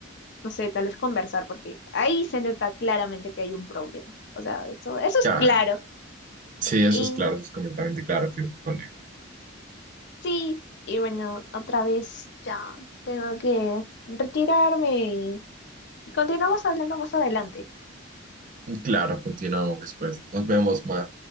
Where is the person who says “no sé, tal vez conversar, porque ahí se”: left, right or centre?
Left